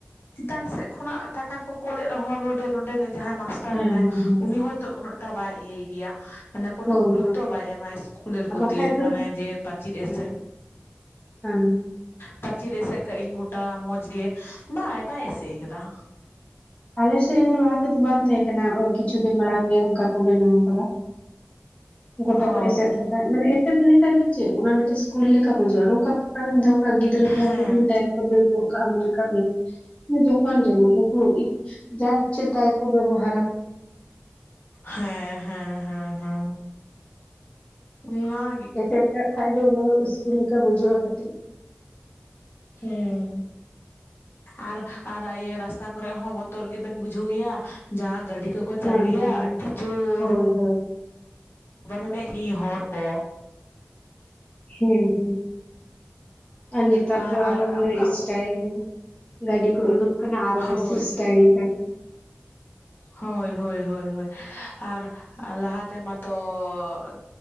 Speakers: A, on the left; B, on the left.
A: ᱪᱮᱛᱟᱱ ᱥᱮᱫ ᱠᱷᱚᱱᱟᱜ ᱴᱟᱠᱟ ᱠᱚ ᱠᱳᱞᱮᱫ ᱨᱮᱦᱚᱸ ᱱᱩᱭ ᱫᱚ ᱱᱚᱰᱮᱱᱤᱡ ᱡᱟᱦᱟᱸᱭ ᱢᱟᱥᱴᱟᱨ
B: ᱦᱮᱸ
A: ᱢᱮᱱᱟᱭᱟ
B: ᱦᱮᱸ ᱦᱮᱸ
A: ᱩᱱᱤ ᱦᱚᱭ ᱛᱚ ᱩᱱᱟᱹᱜ ᱴᱟᱜ ᱵᱟᱭ ᱤᱭᱟᱹᱭ ᱜᱮᱭᱟ ᱢᱟᱱᱮ ᱩᱱᱳᱜ
B: ᱦᱳᱭ
A: ᱜᱩᱨᱩᱛᱛᱚ
B: ᱦᱳᱭ
A: ᱵᱟᱭ ᱮᱢᱟ ᱤᱥᱠᱩᱞᱮᱨ ᱯᱨᱚᱛᱤ
B: ᱵᱟᱠᱷᱟᱡ ᱫᱚ
A: ᱢᱟᱱᱮ ᱡᱮ ᱯᱟᱹᱪᱤᱨ ᱮᱥᱮᱫ
B: ᱦᱮᱸ ᱦᱮᱸ
A: ᱯᱟᱹᱪᱤᱨ ᱮᱥᱮᱫ ᱠᱟᱜ ᱤᱧ ᱜᱚᱴᱟ ᱢᱚᱡᱽ ᱜᱮ ᱵᱟᱭ ᱵᱟᱭ ᱮᱥᱮᱫ ᱠᱟᱫᱟ,
B: ᱟᱞᱮ ᱥᱮᱫ ᱦᱚᱸ ᱞᱟᱦᱟ ᱛᱮᱫᱚ ᱵᱟᱝ ᱛᱟᱦᱮᱸ ᱠᱟᱱᱟ ᱱᱟᱜ-ᱚᱭ ᱠᱤᱪᱷᱩ ᱫᱤᱱ ᱢᱟᱲᱟᱝ ᱜᱮ ᱚᱱᱠᱟ᱾ ᱠᱚ ᱵᱮᱱᱟᱣ ᱟᱠᱟᱫᱟ ᱜᱚᱴᱟ
A: ᱚ
B: ᱠᱚ ᱮᱥᱮᱫ ᱠᱟᱫᱟ- ᱢᱟᱱᱮ ᱮᱥᱮᱫ ᱞᱮᱠᱟᱡ ᱫᱚ ᱪᱮᱫ ᱚᱱᱟ ᱢᱤᱴᱮᱡ ᱥᱠᱩᱞ ᱞᱮᱠᱟ ᱵᱩᱡᱩᱜᱼᱟ ᱱᱚᱝᱠᱟ ᱯᱷᱟᱠᱟ ᱨᱮᱢ ᱫᱚᱦᱚ ᱠᱚᱣᱟ ᱜᱤᱫᱽᱨᱟᱹ ᱠᱚᱦᱚᱸ
A: ᱦᱮᱸ
B: ᱴᱤᱯᱷᱤᱱ ᱴᱟᱭᱤᱢ <inaudible> ᱜᱚ ᱠᱟᱜ ᱢᱚᱱᱮ ᱠᱟᱜ ᱵᱤᱱ ᱡᱚᱠᱷᱚᱱ ᱡᱮᱢᱚᱱ ᱱᱩᱠᱩ ᱤᱛ ᱡᱟ ᱤᱪᱪᱷᱟᱹ ᱛᱟᱭ ᱠᱚ ᱵᱮᱵᱚᱦᱟᱨᱟ,
A: ᱦᱮᱸ ᱦᱮᱸ ᱦᱮᱸ ᱦᱮᱸ, ᱚᱱᱟ
B: ᱮᱥᱮᱫ ᱠᱟᱜ ᱠᱷᱟᱱ ᱫᱚ ᱚᱱᱟ ᱫᱚ ᱤᱥᱠᱩᱞ ᱞᱮᱠᱟ ᱵᱩᱡᱩᱜᱼᱟ ᱠᱟᱹᱴᱤᱡ,
A: ᱦᱮᱸ᱾ ᱟᱨ ᱟᱨ ᱤᱭᱟᱹ ᱨᱟᱥᱛᱟ ᱠᱚᱨᱮ ᱦᱚᱸ ᱵᱚᱛᱚᱨ ᱜᱮᱵᱮᱱ ᱵᱩᱡᱷᱟᱹᱣ ᱜᱮᱭᱟ ᱡᱟᱦᱟᱸ ᱜᱟᱹᱰᱤ ᱠᱚ ᱠᱚ ᱪᱟᱹᱞᱩᱭᱟ
B: ᱦᱮᱸ ᱦᱮᱸ
A: ᱟᱹᱰᱤ ᱡᱳᱨ,
B: ᱦᱳᱭ ᱦᱳᱭ
A: ᱵᱟᱱᱮᱡᱱᱤᱭᱟᱹ ᱦᱚᱲ ᱠᱚ,
B: ᱦᱮᱸ ᱦᱳᱭ ᱟᱨ ᱱᱮᱛᱟᱨ
A: ᱟᱨ
B: ᱫᱚ ᱟᱨᱚ ᱩᱱᱟᱹᱜ
A: ᱚᱱᱠᱟ
B: ᱥᱴᱟᱭᱤᱞ, ᱜᱟᱹᱰᱤ ᱠᱚ ᱩᱰᱩᱠ ᱠᱟᱱᱟ ᱟᱨᱚ
A: ᱦᱳᱭ
B: ᱵᱮᱥᱮᱥᱴᱟᱤᱞ ᱛᱟᱠᱚ
A: ᱦᱳᱭ ᱦᱳᱭ ᱦᱳᱭ ᱦᱳᱭ ᱟᱨ, ᱟᱨ ᱞᱟᱦᱟᱛᱮ ᱢᱟᱛᱚ